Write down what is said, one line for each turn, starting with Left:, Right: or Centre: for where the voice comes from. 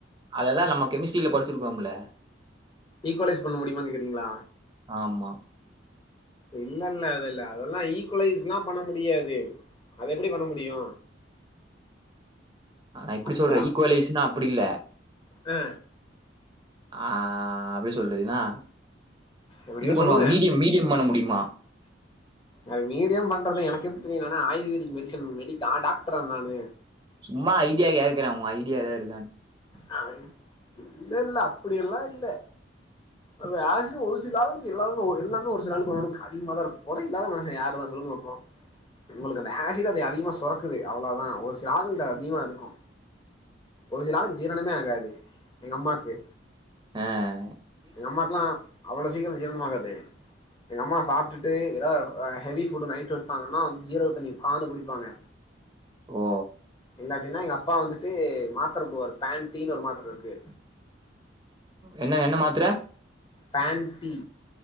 Right: அததா நம்ம கெமிஸ்டரில படிச்சிருக்கோம்ல
Left: ஈக்குவலைஸ் பண்ண முடியுமான் கேக்குறீங்களா
Right: ஆமா.
Left: இல்ல இல்ல அத இல்ல அதெல்லா ஈக்குவலைஸ்லா பண்ண முடியாது அதத எப்டி பண்ண முடியு
Right: ஆா இப்டி
Left: அப்பா
Right: சொல்றே ஈக்குவலைஸ்னா அப்டி இல்ல
Left: ஆ
Right: ஆஹ் எப்டி சொல்றதுனா
Left: எப்டியோ
Right: இது பண்ணுவாங்க
Left: சொல்லுங்க
Right: மீடியம் மீடியம் பண்ண முடியுமா
Left: அது மீடியம் பண்றது எனக்கு எப்டி தெரியு நான்னா ஆயுர்வேதிக் மெடிசன் மெடி ஆ டாக்டரா நானு
Right: சும்மா ஐடியா கேக்கறா உன் ஐடியா எதா இருக்கான்னு
Left: ஹ இல்ல இல்ல அப்புடியெல்லா இல்ல அது ஆசிட் ஒரு சில ஆளுக்கு எல்லாரரு எல்லாமே ஒரு சில ஆளுக்கு ஒன்னு ஒன்னுக்கு அதிகமா தா இருக்குமகுறை இல்லாத மனுசன் யாரு தா சொல்லுங்க பாப்போம் உங்ளுக்கு அந்த ஆசிட் அது அதிகமா சுரக்குது அவ்ளோதா ஒரு சில ஆளுக்கு அதிகமா இருக்கு ஒரு சில ஆளுக்கு ஜீரணமே ஆகாது எங்கம்மாக்கு
Right: ஆஹ்
Left: எங்கம்மாக்குல்லா அவ்ளோ சீக்கிரம் ஜீரனமாகாது எங்க அம்மா சாப்ட்டுடு எதாது ஹெவி ஃபுட்டு நைட்டு எடுத்தாங்கன்னா ஜீரக தண்ணி உக்காந்து குடிப்பாங்க
Right: ஓ
Left: இல்லடினா எங்க அப்பா வந்துட்டு மாத்திர போவாரு பேண்ட்டீன்னு ஒரு மாத்திர இருக்கு
Right: என்ன என்ன மாத்திர
Left: பேண்டி